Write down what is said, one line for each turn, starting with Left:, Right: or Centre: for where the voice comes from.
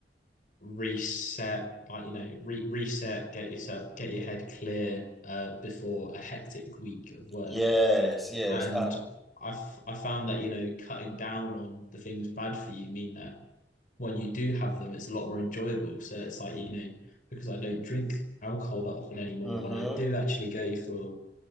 Left: reset, like, you know, re reset, get yourself, get your head clear, uh, before a hectic week of work.
Centre: yes, yes,
Left: And
Centre: uh,
Left: I've I found that, you know, cutting down on the things bad for you mean that when you do have them, it's a lot more enjoyable. So it's like, you know, because I don't drink alcohol that often anymore,
Centre: mm-hmm,
Left: when I do actually go for